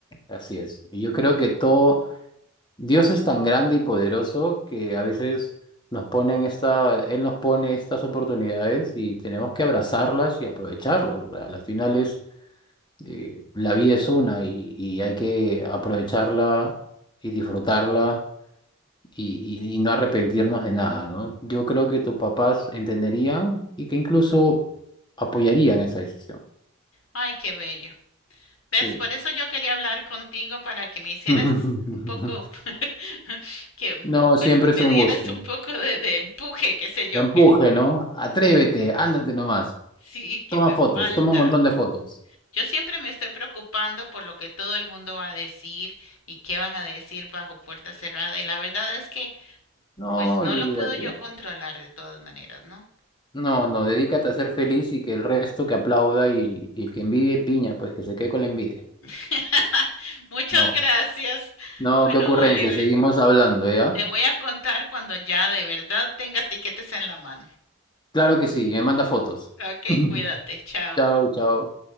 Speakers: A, on the left (about 20°); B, on the left (about 80°).
A: así es. Y yo creo que todo, Dios es tan grande y poderoso que a veces nos ponen esta, Él nos pone estas oportunidades y tenemos que abrazarlas y aprovecharlas. O sea, Al final es eh, la vida es una y, y hay que aprovecharla y disfrutarla y, y- y no arrepentirnos de nada, ¿no? Yo creo que tus papás entenderían y que incluso apoyarían esa decisión.
B: Ay, qué bello. ¿Ves?
A: Sí.
B: Por eso yo quería hablar contigo para que me hicieras
A: <laughs>
B: un poco <laughs> que
A: No,
B: pues
A: siempre
B: que me
A: es un
B: dieras
A: gusto.
B: un poco de, de empuje, qué sé yo,
A: Te empuje,
B: que
A: ¿no? Atrévete, ándate nomás.
B: sí, que
A: Toma
B: me
A: fotos,
B: falta.
A: toma un montón de fotos.
B: Yo siempre me estoy preocupando por lo que todo el mundo va a decir y qué van a decir bajo puerta cerrada. Y la verdad es que
A: No,
B: pues
A: olvídate.
B: no lo puedo yo controlar de todas maneras, ¿no?
A: No, no, dedícate a ser feliz y que el resto que aplauda y, y el que envidie piña, pues que se quede con la envidia.
B: <laughs> Muchas
A: No.
B: gracias.
A: No,
B: Bueno,
A: qué ocurrencia,
B: Oliver,
A: seguimos hablando, ¿ya?
B: te voy a contar cuando ya de verdad tenga tiquetes en la mano.
A: Claro que sí, me manda fotos.
B: Ok,
A: <laughs>
B: cuídate, chao.
A: Chao, chao.